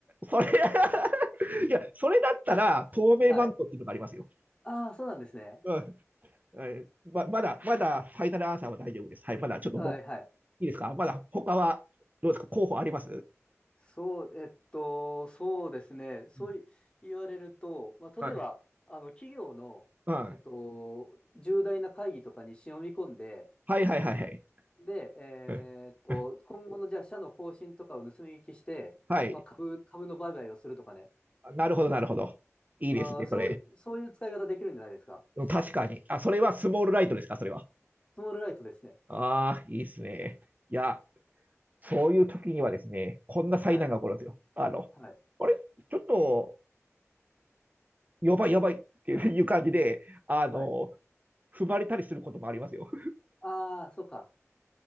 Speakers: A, on the right; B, on the left.
A: それ <laughs> いや、それだったら、透明マントっていうのがありますよ。
B: はい。ああ、そうなんですね。
A: うんえままだ、まだ、ファイナルアンサーは大丈夫です。はい、まだちょっとど、
B: はい、はい。
A: いいですかまだ、他は、どうですか候補あります
B: そう、えっと、そうですね。そうい言われると、
A: うん
B: まあ、
A: はい。
B: 例えば、あの、企業の、
A: はい。
B: えっと、重大な会議とかに忍び込んで、
A: はいはいはいはい。
B: で、えーっと、
A: うんうん
B: 今後の、じゃあ、社の方針とかを盗み聞きして、
A: はい。
B: まあ、株、株の売買をするとかね。
A: なるほど、なるほど。いいですね、
B: あー、そう、
A: それ。
B: そういう使い方できるんじゃないですか。
A: うん確かに。あ、それはスモールライトですか、それは。
B: スモールライトですね。
A: ああ、いいですね。いや、そういう時にはですね、こんな災難が起こるんですよ。
B: はい、
A: あの、
B: はい、
A: あれちょっと、やばい、やばいっていう感じで、あの、
B: はい。
A: 踏まれたりすることもありますよ。
B: ああ、そうか。